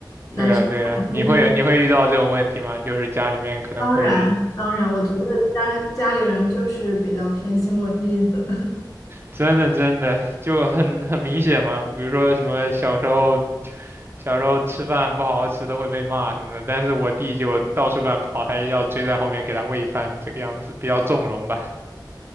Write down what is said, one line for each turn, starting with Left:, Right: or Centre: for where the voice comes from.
Left: 男生和男生之间，
Right: 对啊，对啊，你会你会遇到这种问题吗？就是家里面可能会
Left: 当然当然，我觉得家家里人就是比较偏心我弟的。
Right: 真的真的就很很明显嘛，比如说什么小时候小时候吃饭不好好吃都会被骂什么的，但是我弟就到处乱跑，还要追在后面给他喂饭，这个样子比较纵容吧。